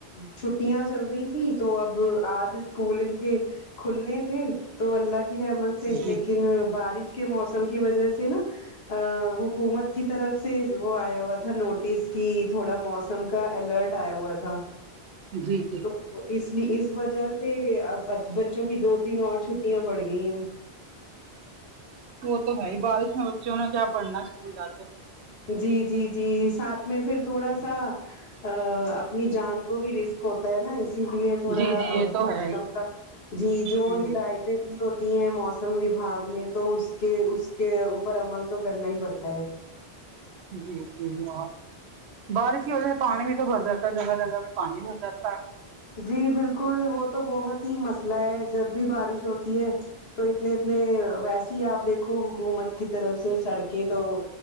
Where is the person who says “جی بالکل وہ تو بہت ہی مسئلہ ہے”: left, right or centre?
Left